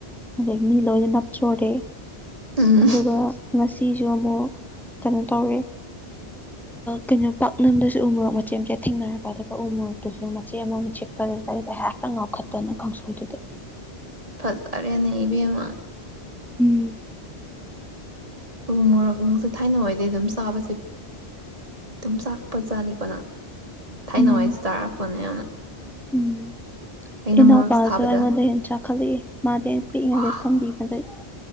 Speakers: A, in the centre; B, on the right.
A: ꯑꯗꯩ ꯃꯤ ꯂꯣꯏꯅ ꯅꯞꯆꯣꯔꯦ
B: ꯎꯝ
A: ꯑꯗꯨꯒ ꯉꯁꯤ ꯨ ꯑꯃꯨꯛ ꯀꯩꯅꯣ ꯇꯧꯔꯦ ꯀꯩꯅꯣ ꯄꯥꯛꯅꯝꯗꯁꯨ ꯎ ꯃꯣꯔꯣꯛ ꯃꯆꯦ ꯃꯆꯦꯠ ꯊꯦꯡꯅꯔꯄ ꯑꯗꯨꯒ ꯎ ꯃꯣꯔꯣꯛꯇꯨꯁꯨ ꯃꯆꯦ ꯑꯃꯃꯨꯛ ꯆꯤꯛꯄꯗ ꯑꯇꯩꯗ ꯍꯦꯛꯇ ꯉꯥꯎꯈꯠꯇꯅ ꯀꯥꯡꯁꯣꯏꯗꯨꯗ
B: ꯐꯖꯔꯦꯅꯦ ꯏꯕꯦꯝꯃ
A: ꯎꯝ
B: ꯎ ꯃꯣꯔꯣꯛ ꯅꯪꯁꯦ ꯊꯥꯏꯅ ꯑꯣꯏꯗꯩ ꯑꯗꯨꯝ ꯆꯥꯕꯁꯦ ꯑꯗꯨꯝ ꯆꯥꯛꯄꯖꯥꯅꯤꯀꯣ ꯅꯪ ꯊꯥꯏꯅꯋꯥꯏꯁꯤ
A: ꯎꯝ
B: ꯇꯥꯔꯛꯄꯅꯦ ꯌꯥꯝꯅ
A: ꯎꯝ
B: ꯑꯩꯅ
A: ꯏꯅꯥꯎꯄꯥꯁꯨ
B: ꯃꯣꯔꯣꯛ ꯁꯥꯕꯗ
A: ꯑꯩꯉꯣꯟꯗ ꯍꯦꯟꯅ ꯆꯥꯎꯈꯠꯂꯛꯑꯦ ꯃꯥꯗꯤ ꯑꯩꯅ ꯄꯤꯛꯂꯤꯉꯩꯗꯩ
B: ꯋꯥ
A: ꯊꯝꯕꯤꯕꯗꯩ